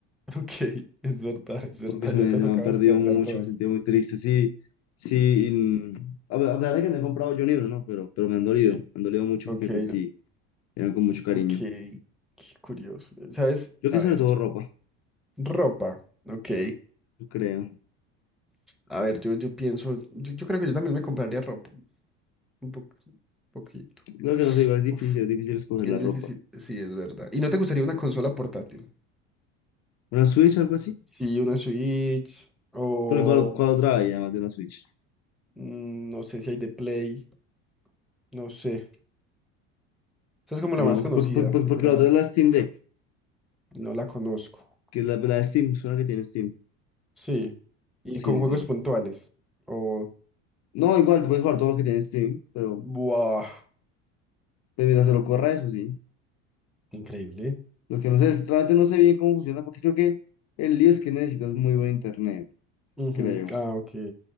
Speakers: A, in the centre; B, on the left.
A: <laughs> Ok, es verdad, es verdad,
B: porque se
A: ya
B: me,
A: te ha
B: se
A: tocado
B: me han perdido
A: perder
B: mucho,
A: dos.
B: me he sentido muy triste. Sí, sí, y, mm,
A: Sí.
B: a ver, a ver, que me he comprado yo un libro, ¿no? Pero, pero me han dolido,
A: Sí,
B: me han dolido mucho
A: Ok,
B: porque pues sí,
A: no,
B: eran con mucho cariño.
A: ok, qué curioso. ¿Sabes?
B: Yo creo
A: A
B: que sobre
A: ver,
B: todo
A: yo-
B: ropa,
A: ropa, ok.
B: yo creo.
A: A ver, yo, yo pienso, yo, yo creo que yo también me compraría ropa, un po- un poquito.
B: Claro que no sé, igual es difícil,
A: Uf,
B: es difícil escoger
A: es
B: la ropa.
A: difícil, sí, es verdad. ¿Y no te gustaría una consola portátil?
B: ¿Una Switch, algo así?
A: Sí, una Switch o
B: Porque cuál, cuál otra hay además de la Switch.
A: mm, no sé si hay de Play, no sé. Esa es como
B: No,
A: la más conocida,
B: porque, porque, porque,
A: sinceramente.
B: porque la otra es la Steam Deck,
A: No la conozco.
B: que es la, la de Steam, suena que tiene Steam.
A: Sí. Y
B: Sí,
A: con juegos
B: sí, sí.
A: puntuales. o
B: No, igual, tú puedes jugar todo lo que tiene Steam, pero
A: buah.
B: pues, mientras se lo corra, eso sí.
A: Increíble.
B: Lo que no sé es, realmente no sé bien cómo funciona, porque creo que el lío es que necesitas muy buen internet,
A: Ujú,
B: creo.
A: Ah, ok.